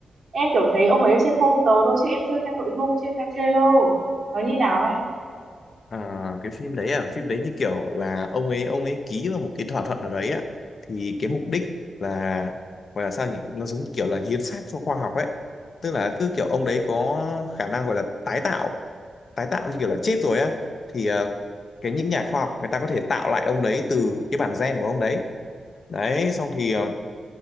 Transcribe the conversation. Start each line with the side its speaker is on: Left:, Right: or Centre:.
Right: em kiểu thấy ông ấy trên poster thôi chứ em chưa xem nội dung, chưa xem trailer. Nó như nào anh?
Left: à, cái phim đấy à phim đấy như kiểu là ông ấy ông ấy ký vào một cái thỏa thuận nào đấy á thì cái mục đích là gọi là sao nhỉ nó giống như kiểu là hiến xác cho khoa học ấy tức là cứ kiểu ông đấy có khả năng gọi là tái tạo tái tạo như kiểu là chết rồi á thì ờ, cái những nhà khoa học người ta có thể tạo lại ông đấy từ cái bản gen của ông đấy đấy xong thì ờ,